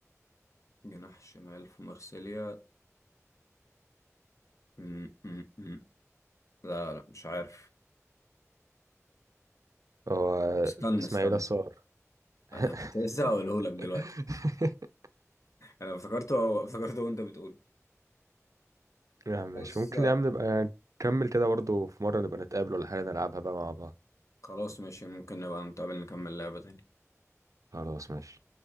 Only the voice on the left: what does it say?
جناح شمال في مارسيليا م- م- م. لا لا مش عارف
استنى
استنى
<laughs> كنت لسه هقوله لك دلوقتي
انا افتكرته افتكرته وانت بتقول
بص
خلاص ماشي ممكن نبقى نتقابل نكمل لعبه تاني